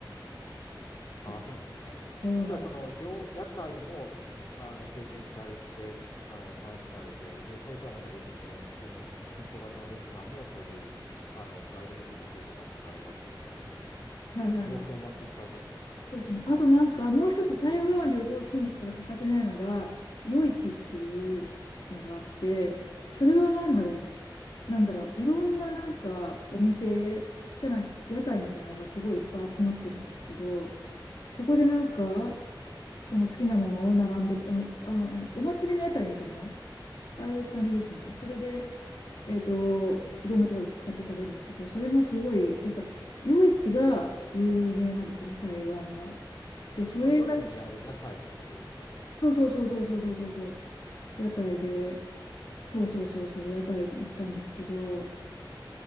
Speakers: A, on the left; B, on the left.
A: そう。
B: ああそうなんですね。
A: そうなん。
B: じゃあ、その、両、屋台も、あの、経験されて、あの、楽しまれて、で、それとはまた別に、その、普通の店舗型のレストランも、そういう、あの、ガイドブックに載ってるところも行かれたってことなんで、も
A: はいはいはいはい。
B: う、両方とも満喫されたって感じなんですね。
A: そうですね。あとなんか、もう一つ台湾旅行するんだったら欠かせないのが、夜市っていうのがあって、それはなんだろう。
B: はい。
A: なんだろう。いろんななんかお店、ちっちゃなち屋台みたいなのがすごいいっぱい集まってるんですけど、そこでなんか、
B: はい
A: その好きなものを並んで、あの、あの、あのお祭りの屋台みたいな、ああいう感じですね。
B: うん。
A: それで、えっと、いろんなところで買って食べるんですけど、それもすごい、やっぱり、夜市が有名なんですよね、台湾は。で、それが、
B: あの、夜にやる屋台ってことですよね。
A: そうそうそうそうそうそうそうそう、屋台で、そうそうそうそう、屋台で行ったんですけど、